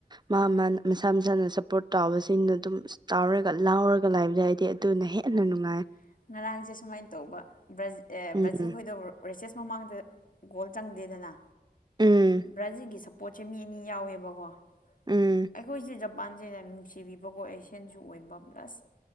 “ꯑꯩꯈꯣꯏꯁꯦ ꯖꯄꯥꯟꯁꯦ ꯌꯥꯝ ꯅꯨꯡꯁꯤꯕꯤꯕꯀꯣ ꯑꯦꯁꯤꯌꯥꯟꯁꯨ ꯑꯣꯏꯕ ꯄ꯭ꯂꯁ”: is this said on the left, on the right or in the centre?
Left